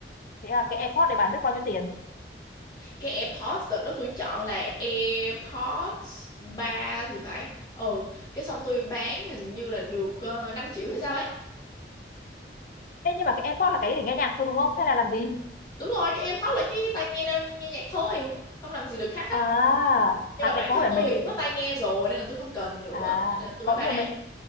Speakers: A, on the left (about 45°); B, on the left (about 25°).
A: Thế là cái AirPod này bán được bao nhiêu tiền?
B: cái AirPods đợt đó tôi chọn là AirPods 3 thì phải ừ cái xong tôi bán hình như là được uh, 5 triệu hay sao ấy
A: Ê, nhưng mà cái AirPod là cái để nghe nhạc thôi đúng không? Hay là làm gì?
B: đúng rồi các em hot là cái tai nghe đâu nghe nhạc thôi không làm gì được khác hết
A: À,
B: nhưng
A: à
B: mà bản
A: cái có
B: thân
A: phải
B: tôi
A: mấy
B: thì
A: cái
B: cũng có tai nghe rồi nên là tôi không cần nữa
A: À,
B: nên là tôi
A: có
B: mới bán
A: nhiều mệnh